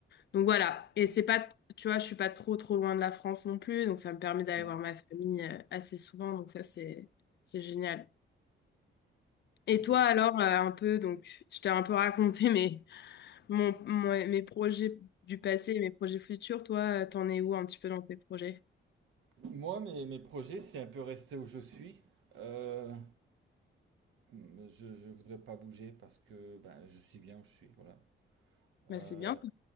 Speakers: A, on the left; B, on the right.
A: donc voilà. Et c'est pas, tu vois, je suis pas trop trop loin de la France non plus, donc ça me permet d'aller
B: Ouais.
A: voir ma famille euh, assez souvent. Donc ça, c'est c'est génial. Et
B: Ok.
A: toi alors, euh, un peu, donc je t'ai un peu raconté, <laughs> mais mon, mon- ouais, mes projets du passé et mes projets futurs, toi, euh, t'en es où un petit peu dans tes projets?
B: Moi, mes, mes projets, c'est un peu rester où je suis. Euh, je, je voudrais pas bouger parce que ben, je suis bien où je suis, voilà. Euh,
A: Bah, c'est bien ça.